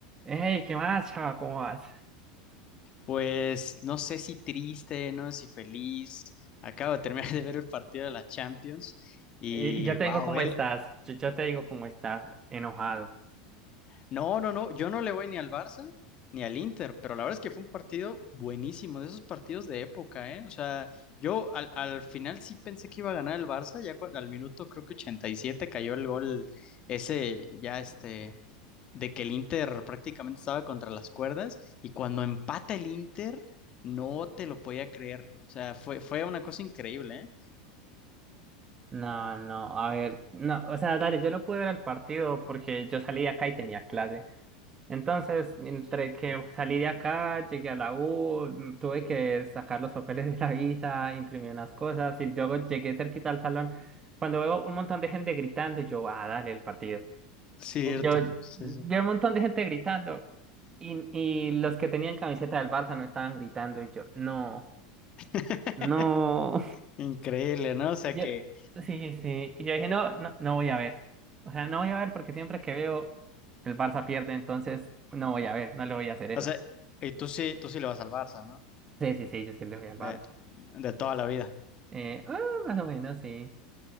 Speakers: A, on the right (about 15°); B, on the left (about 25°).
A: Hey, ¿qué más, chava? ¿Cómo vas?
B: Pues no sé si triste, no sé si feliz. Acabo de terminar de ver el partido de la Champions y
A: Y y yo
B: wow,
A: te digo cómo
B: él.
A: estás. Yo, yo te digo cómo estás, enojado.
B: No, no, no, yo no le voy ni al Barça ni al Inter, pero la verdad es que fue un partido buenísimo, de esos partidos de época, ¿eh? O sea, yo al, al final sí pensé que iba a ganar el Barça, ya cua- al minuto creo que 87 cayó el gol ese, ya este, de que el Inter prácticamente estaba contra las cuerdas y cuando empata el Inter no te lo podía creer. O sea, fue, fue una cosa increíble, ¿eh?
A: No, no, a ver, no, o sea, dale, yo no pude ver el partido porque yo salí de acá y tenía clase. Entonces, entre que salí de acá, llegué a la U, mm, tuve que sacar los papeles de la visa, imprimir unas cosas y luego llegué cerquita al salón. Cuando veo un montón de gente gritando, yo, ah, dale, el partido.
B: Cierto,
A: Eh, Yo
B: sí,
A: vi
B: sí.
A: un montón de gente gritando y, y los que tenían camiseta del Barça no estaban gritando y yo, no,
B: <laughs>
A: No.
B: Increíble, ¿no? O sea
A: yo,
B: que,
A: sí, sí, y yo dije, no, no, no voy a ver, o sea, no voy a ver porque siempre que veo el Barça pierde, entonces no voy a ver, no le voy a hacer eso.
B: o sea, y tú sí, tú sí le vas al Barça, ¿no?
A: Sí, sí, sí, yo sí le voy al
B: De,
A: Barça.
B: de toda la vida.
A: Eh, ah, más o menos, sí.